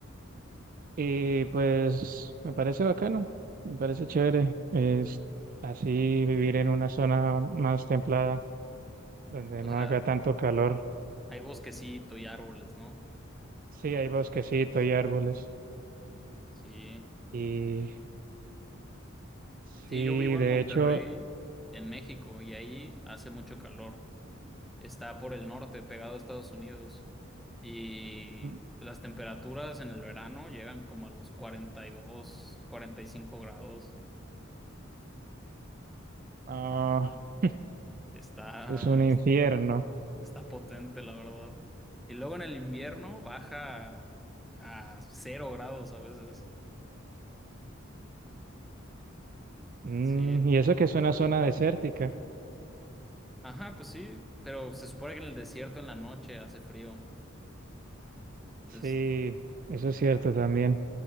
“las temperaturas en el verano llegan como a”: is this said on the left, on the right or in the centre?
Centre